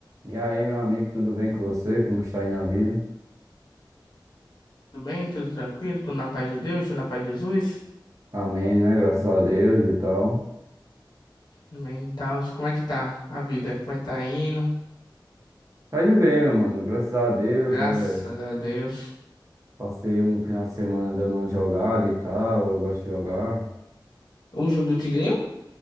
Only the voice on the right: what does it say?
E aí, meu amigo, tudo bem com você? Como está aí na vida?
Amém, né? Graças a Deus e tal.
Tá indo bem, meu mano. Graças a Deus.
É...
Passei um final de semana dando uma jogada e tal. Eu gosto de jogar.